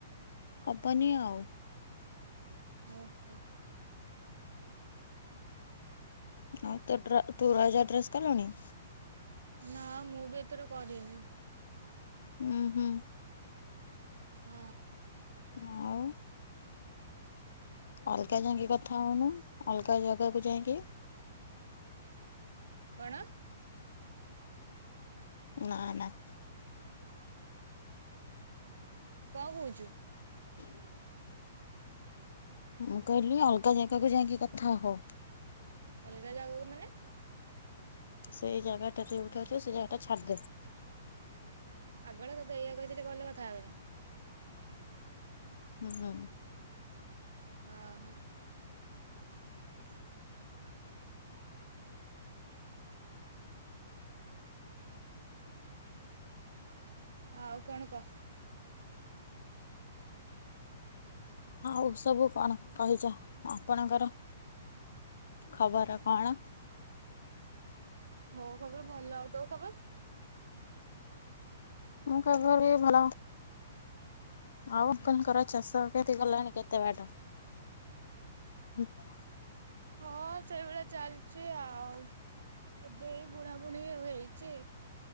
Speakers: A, on the left; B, on the right.
A: ହବନି ଆଉ।
B: ଓହୋ।
A: ଆଉ ତୋ ଡ୍ର ତୁ ରଜ ଡ୍ରେସ କଲୁଣି।
B: ନା ମୁଁ ବି ଏଥର କରିନି।
A: ହୁଁ ହୁଁ।
B: ହଁ।
A: ଆଉ? ଅଲଗା ଯାଇଁକି କଥା ହଉନୁ, ଅଲଗା ଜାଗାକୁ ଯାଇଁକି।
B: କଣ?
A: ନାଁ ନାଁ।
B: କଣ କହୁଚୁ?
A: ହୁଁ। ମୁଁ କହିଲି ଅଲଗା ଜାଗାକୁ ଯାଇଁକି କଥା ହ।
B: ଅଲଗା ଜାଗାକୁ ମାନେ?
A: ସେଇ ଜାଗାଟା ଯେଉଠୁ ଅଛୁ, ସେ ଜାଗାଟା ଛାଡ଼ି ଦେ।
B: ପାଗଳ ତୋତେ ଏଇଆ କହି ଥିଲି କଲ୍ ରେ କଥା ହେବା ପାଇଁ।
A: ହୁଁ ହୁଁ।
B: ଅ, ହଁ। <inaudible> ଆଉ କଣ କ?
A: ହଉ ସବୁ କଣ କହିଜା ଆପଣଙ୍କର, ଖବର କଣ?
B: ମୋ ଖବର ଭଲ ଆଉ ତୋ ଖବର୍?
A: ମୋ ଖବର ବି ଭଲ, ଆଉ କନ୍ କର ଚାଷ କ୍ଷତି କଲାଣି କେତେ ବାଟ? ବି <unintelligible>
B: ହଁ, ସେଇ ଭଳିଆ ଚାଲଚି ଆଉ। ଏବେ ଏଇ ବୁଣା ବୁଣି ଆଉ ହେଇଛି।